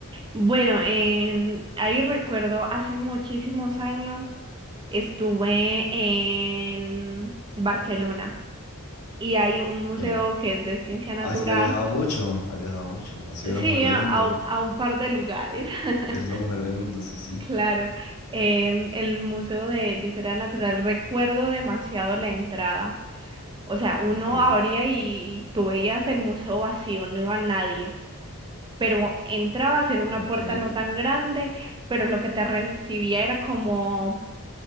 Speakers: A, on the right; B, on the left.
A: Bueno, em, ahí recuerdo hace muchísimos años estuve en Barcelona y hay un
B: Ok.
A: museo que es de ciencia natural.
B: Ah, es que has viajado mucho, has viajado mucho. Has sido una
A: Sí,
B: mujer
A: a,
B: de mundo.
A: a u- a un par de lugares, <laughs>
B: Eres una mujer de mundo, sí, sí.
A: claro. Em, el Museo de de Historia Natural, recuerdo demasiado la entrada. O sea, uno
B: Ok,
A: abría y tú veías el museo vacío, no iba nadie. Pero entrabas, era una
B: ok,
A: puerta no tan grande, pero lo que te recibía era como,